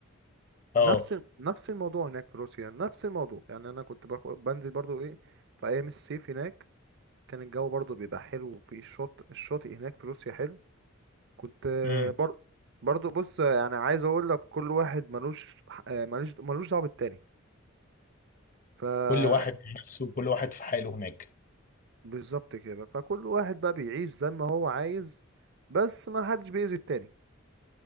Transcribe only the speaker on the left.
اه
امم
كل واحد نفسه كل واحد في حاله هناك